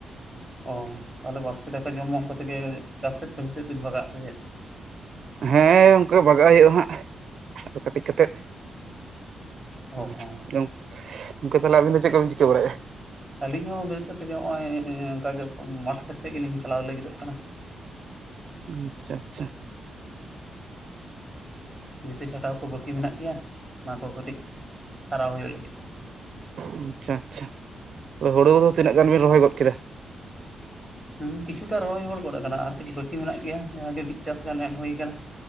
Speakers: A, in the centre; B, on the right.
A: ᱚ ᱛᱟᱦᱞᱮ ᱵᱟᱥᱠᱮ ᱫᱟᱠᱟ ᱡᱚᱢ-ᱢᱚᱢ ᱠᱟᱛᱮ ᱜᱮ ᱪᱟᱥ ᱥᱮᱫ ᱠᱟᱹᱢᱤ ᱥᱮᱫ ᱫᱤᱱ ᱵᱟᱜᱟᱜᱼᱟ ᱥᱮ ᱪᱮᱫ?
B: ᱦᱮᱸ ᱜᱚᱝᱠᱮ ᱵᱟᱜᱟᱜ ᱦᱩᱭᱩᱜ-ᱟ ᱦᱟᱸᱜ᱾ ᱟᱫᱚ ᱠᱟᱹᱴᱤᱡ ᱠᱟᱛᱮᱜ
A: ᱚ
B: <unintelligible>
A: ᱦᱚᱸ
B: ᱡᱚᱢ ᱜᱚᱝᱠᱮ ᱛᱟᱦᱚᱞᱮ ᱟᱵᱤᱱ ᱪᱮᱫ ᱠᱚ ᱵᱤᱱ ᱪᱤᱠᱟᱹ ᱵᱟᱲᱟᱭᱮᱜ-ᱟ?
A: ᱟᱹᱞᱤᱧ ᱦᱚᱸ ᱵᱮᱨᱮᱫ ᱠᱟᱛᱮᱜ ᱜᱮ ᱦᱚᱜ-ᱚᱭ ᱚᱱᱠᱟ ᱜᱮ ᱢᱟᱴ ᱠᱷᱮᱛ ᱥᱮᱜ ᱜᱮᱞᱤᱧ ᱪᱟᱞᱟᱣ ᱞᱟᱹᱜᱤᱫᱚᱜ ᱠᱟᱱᱟ᱾
B: ᱩᱸ ᱟᱪᱪᱷᱟ ᱟᱪᱪᱷᱟ᱾
A: ᱵᱷᱤᱛᱟᱹ ᱪᱷᱟᱴᱟᱣ ᱠᱚ ᱵᱟᱹᱠᱤ ᱢᱮᱱᱟᱜ ᱜᱮᱭᱟ ᱚᱱᱟ ᱠᱚ ᱠᱟᱹᱴᱤᱡ ᱥᱟᱨᱟᱣ ᱦᱩᱭᱩᱜ ᱞᱟᱹᱜᱤᱫ᱾
B: ᱩᱸ ᱟᱪᱪᱷᱟ ᱟᱪᱪᱷᱟ ᱛᱚ ᱦᱩᱲᱩ ᱠᱚᱫᱚ ᱛᱤᱱᱟᱹᱜ ᱜᱟᱱ ᱵᱤᱱ ᱨᱚᱦᱚᱭ ᱜᱚᱫ ᱠᱮᱫᱟ?
A: ᱦᱩᱸ ᱠᱤᱪᱷᱩᱴᱟ ᱨᱚᱦᱚᱭ ᱦᱚᱲ ᱜᱚᱫ ᱟᱠᱟᱱᱟ ᱟᱨ ᱠᱷᱟᱹᱡ ᱵᱟᱹᱠᱤ ᱢᱮᱱᱟᱜ ᱜᱮᱭᱟ ᱡᱟᱦᱟᱸ ᱜᱮ ᱢᱤᱫ ᱪᱟᱥ ᱜᱟᱱ ᱮᱢ ᱦᱩᱭ ᱟᱠᱟᱱᱟ᱾